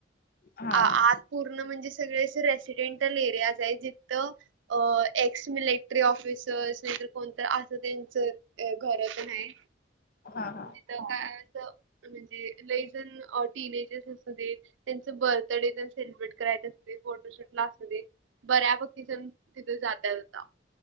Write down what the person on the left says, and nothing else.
हा
हा
हा हा